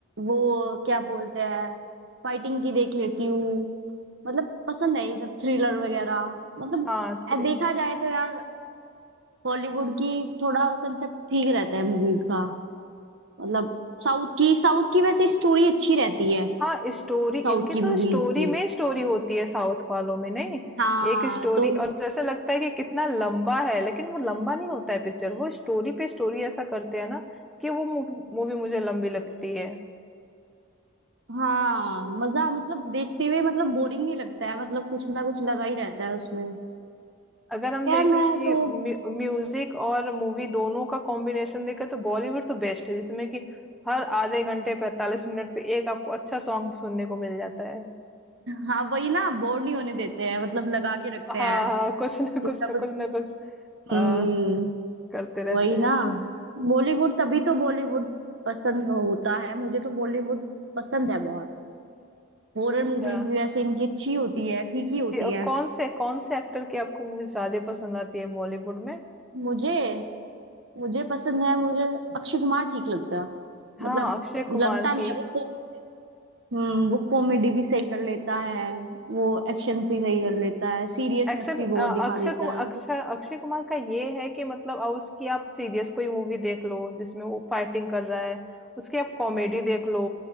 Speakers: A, on the right; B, in the centre.
A: वो क्या बोलते हैं फाइटिंग की देख लेती हूँ मतलब पसंद है ये सब थ्रिलर वगैरह मतलब
B: हाँ थ्रिलर
A: अ, देखा जाए तो यार हॉलीवुड की थोड़ा कंसेप्ट ठीक रहता है मूवीज का मतलब साउथ की साउथ की वैसे स्टोरी अच्छी रहती है
B: हाँ स्टोरी
A: साउथ
B: इनकी
A: की
B: तो
A: मूवीज
B: स्टोरी
A: की
B: में स्टोरी होती है साउथ वालों में नहीं
A: हाँ
B: एक स्टोरी
A: तो
B: और जैसे लगता है कि कितना लंबा है लेकिन वो लंबा नहीं होता है पिक्चर वो स्टोरी पे स्टोरी ऐसा करते हैं ना कि वो मूवी मुझे लंबी लगती है
A: हाँ मजा मतलब देखते हुए मतलब बोरिंग नहीं लगता है मतलब कुछ ना कुछ लगा ही रहता है उसमें
B: अगर हम
A: खैर
B: देखें
A: मैं
B: कि
A: तो
B: म्यू- म्यूजिक और मूवी दोनों का कॉम्बिनेशन देखें तो बॉलीवुड तो बेस्ट है जिसमें कि हर आधे घंटे 45 मिनट पे एक आपको अच्छा सॉन्ग सुनने को मिल जाता है
A: हाँ वही ना बोर नहीं होने देते हैं मतलब लगा के रखते
B: हाँ
A: हैं
B: हाँ कुछ ना
A: कुछ
B: कुछ
A: ना
B: ना
A: कुछ
B: कुछ ना कुछ आ,
A: हम्म
B: करते रहते
A: वही
B: हैं
A: ना बॉलीवुड तभी तो बॉलीवुड पसंद होता है मुझे तो बॉलीवुड पसंद है बहुत हॉरर
B: अच्छा
A: मूवीज भी वैसे इनकी अच्छी होती है ठीक ही होती
B: कि, और
A: है
B: कौन से कौन से एक्टर की आपको मूवी ज्यादा पसंद आती है बॉलीवुड में
A: मुझे मुझे पसंद है मुझे अक्षय कुमार ठीक लगता है
B: हाँ
A: मतलब
B: अक्षय कुमार
A: लगता नहीं
B: की
A: है वो हम्म वो कॉमेडी भी सही कर लेता है वो एक्शन भी सही कर लेता है सीरियसनेस
B: एक्शन
A: भी
B: अ,
A: बहुत दिखा
B: अक्षय
A: देता
B: कुमार
A: है
B: अक्षय
A: तो
B: अक्षय कुमार का ये है कि मतलब अब उसकी आप सीरियस कोई मूवी देख लो जिसमें वो फाइटिंग कर रहा है उसकी आप कॉमेडी देख लो